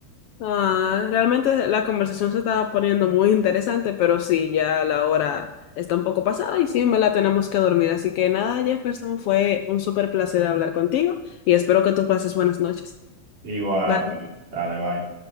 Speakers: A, on the left; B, on the right.
A: Ah, realmente la conversación se estaba poniendo muy interesante, pero sí, ya la hora está un poco pasada y sí, en verdad tenemos que dormir. Así que nada, Jefferson, fue un súper placer hablar contigo y espero que tú pases buenas noches.
B: Igual
A: Bye.
B: a ti. Dale, bye.